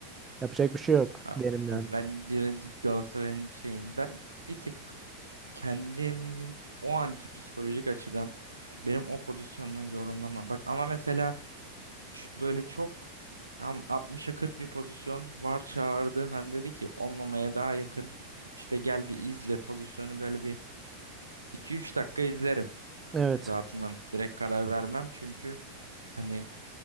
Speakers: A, on the right; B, on the right.
A: Yapacak bir şey yok
B: A-
A: derim
B: a-
A: yani.
B: Ben direkt Galatasaray'ın şeyini ben bir tık kendimin o anki psikolojik açıdan benim o pozisyondan yorumlama. Bak ama mesela ş- böyle çok tam 60'a 40 bir pozisyon var çağırdı. Hani dedi ki olmamaya daha yakın. İşte gel bir izle pozisyonu böyle bir iki üç dakika izlerim.
A: Evet.
B: Rahatından direkt karar vermem çünkü hani